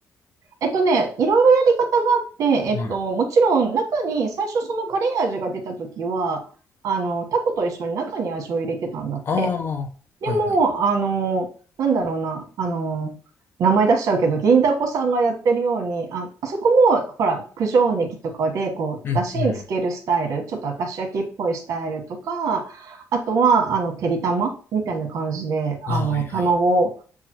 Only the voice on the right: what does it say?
えっとね、いろいろやり方があって、えっと、
もちろん中に最初そのカレー味が出た時は、あの、タコと一緒に中に味を入れてたんだって。
でも、あの、なんだろうな、あの、名前出しちゃうけど、銀だこさんがやってるように、あ、あそこも、ほら、九条ネギとかで、こう、
だしにつけるスタイル、ちょっと明石焼きっぽいスタイルとか、あとは、あの、てりたまみたいな感じで、
あの、
卵